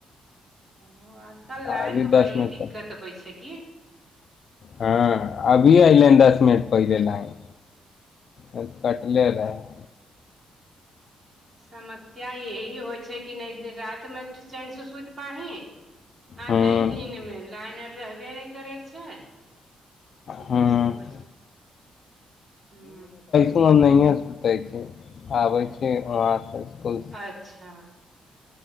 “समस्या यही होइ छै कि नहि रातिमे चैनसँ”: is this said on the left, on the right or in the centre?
Right